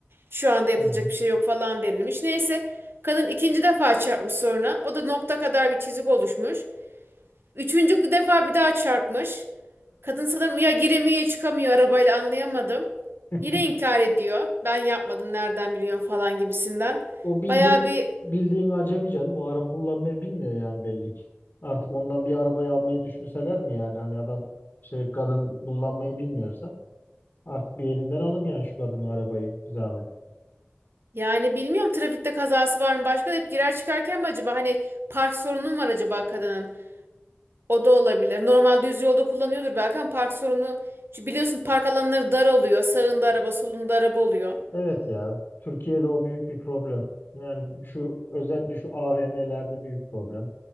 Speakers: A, on the right; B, on the left.
A: şu anda yapılacak
B: Hı.
A: bir şey yok falan denilmiş. Neyse kadın ikinci defa çarpmış sonra o da nokta kadar bir çizik oluşmuş. Üçüncü defa bir daha çarpmış. Kadın sanırım ya giremiyor ya çıkamıyor arabayla anlayamadım.
B: <laughs>
A: Yine inkar ediyor. Ben yapmadım nereden biliyorum falan gibisinden.
B: O bildiğin
A: Bayağı bir
B: bildiğin acemi canım. O araba kullanmayı bilmiyor yani belli ki. Artık ondan bir arabayı almayı düşünseler mi yani? Hani adam şey kadın kullanmayı bilmiyorsa artık bir elinden alın yani şu kadının arabayı bir zahmet.
A: yani bilmiyorum trafikte kazası var mı başka da hep girer çıkarken mi acaba hani park sorunu mu var acaba kadının? O da olabilir. Normal düz yolda kullanıyordur belki ama park sorunu çünkü biliyorsun park alanları dar oluyor. Sağında araba, solunda araba oluyor.
B: Evet ya. Türkiye'de o büyük bir problem. Yani şu özellikle şu AVM'lerde büyük problem.